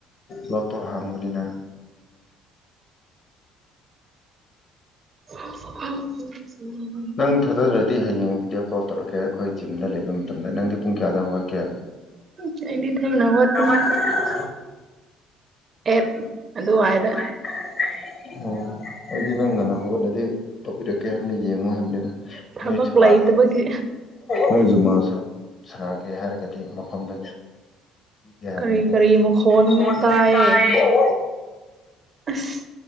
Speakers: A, on the left; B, on the right.
A: ꯕꯥꯛꯇꯣ ꯍꯥꯡꯕꯅꯤꯅ
B: ꯎ ꯎ
A: ꯅꯪ ꯊꯥꯖꯗ꯭ꯔꯗꯤ ꯍꯌꯦꯡ ꯚꯤꯗꯤꯑꯣ ꯀꯣꯜ ꯇꯧꯔꯛꯀꯦ ꯑꯩꯈꯣꯏ ꯖꯤꯝꯗ ꯂꯩꯕ ꯃꯇꯝꯗ ꯅꯪꯗꯤ ꯄꯨꯡ ꯀꯌꯥꯗ ꯍꯧꯒꯠꯀꯦ
B: ꯎꯝ ꯑꯩꯗꯤ ꯊꯦꯡꯅ ꯍꯧꯒꯄꯟ
A: ꯍꯧꯒꯠꯄꯅꯦ
B: ꯑꯦꯞ ꯑꯗꯨ ꯋꯥꯏꯗ
A: ꯑꯣ ꯑꯩꯗꯤ ꯅꯪ ꯉꯟꯅ ꯍꯧꯒꯠꯂꯗꯤ ꯇꯧꯄꯤꯔꯛꯀꯦ ꯍꯥꯏꯕꯅꯤ ꯌꯦꯡꯉꯨ ꯍꯥꯏꯕꯅꯤꯗ
B: ꯊꯕꯛ
A: ꯂꯣꯏ ꯆ ꯄꯥꯒꯦ
B: ꯂꯩꯇꯕꯒꯤ
A: ꯅꯣꯏꯖꯨ <unintelligible> ꯃꯥꯖꯨ ꯁꯥꯟꯅꯒꯦ ꯍꯥꯏꯔꯒꯗꯤ ꯃꯐꯝꯗ ꯌꯥꯗꯦꯗ
B: ꯀꯔꯤ ꯀꯔꯤ ꯃꯈꯣꯟꯅꯣꯅꯦ
A: ꯃꯈꫭꯟꯅꫭꯅꯦ
B: ꯇꯥꯏꯌꯦ
A: ꯇꯥꯌꯦ <unintelligible>
B: ꯑꯁ